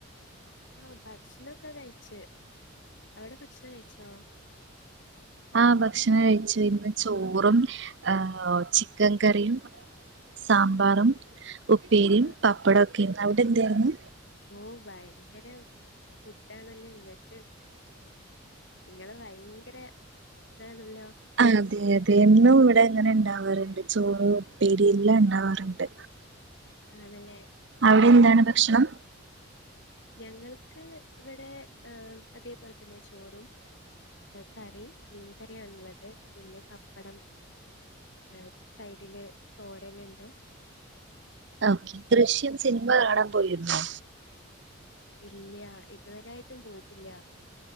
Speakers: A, on the left; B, on the right.
A: ആഹ് ഭക്ഷണൊക്കെ കഴിച്ച് അവിടെ ഭക്ഷണം കഴിച്ചോ?
B: ആഹ് ഭക്ഷണം കഴിച്ച് ഇന്ന് ചോറും ആഹ് ചിക്കൻ കറിയും സാമ്പാറും ഉപ്പേരിയും
A: ആഹ്
B: പപ്പടൊക്കേന്നു അവ്ടെ എന്തേന്നു
A: ഓഹ് ഭയങ്കര ഫുഡ്ഡാണല്ലേ ഇങ്ങെക്ക് ഇങ്ങള് ഭയ്ങ്ക്‌രെ ഇതാണല്ലോ
B: അതെ അതെ എന്നും ഇവിടെ അങ്ങെനെണ്ടാവാറ്ണ്ട് ചോറ് ഉപ്പേരി എല്ലാംണ്ടാവാറ്ണ്ട്
A: ആണല്ലേ
B: അവിടെന്താണ്
A: ഞങ്ങക്ക്
B: ഭക്ഷണം
A: ഞങ്ങൾക്ക് ഇവിടെ ഏഹ് അതേ പോൽതന്നെയാ ചോറും കറി മീൻകറിയാണ്ള്ളത് പിന്നെ പപ്പടം ഏ സൈഡില് തോരന്ണ്ട്.
B: ഓക്കെ ദൃശ്യം സിനിമ കാണാൻ പോയിരുന്നോ?
A: ഇല്ല. ഇതുവരായിട്ടും പോയിട്ടില്ല